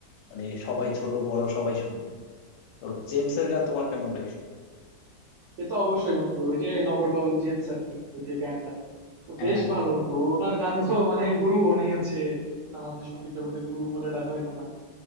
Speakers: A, on the left (about 85°); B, on the right (about 70°).
A: মানে সবাই ছোট বড় সবাই শুনি তো জেমসের গান তোমার কেমন লাগে
B: সে তো অবশ্যই বন্ধু ওই যে নগর বাউল জেমস আর কি ওই যে ব্যান্ডটা তো
A: হ্যাঁ
B: বেশ ভালো বন্ধু ওনার গান তো মানে গুরু উনি হচ্ছে আমাদের সঙ্গীত জগতের গুরু বলে ডাকা হয়তো না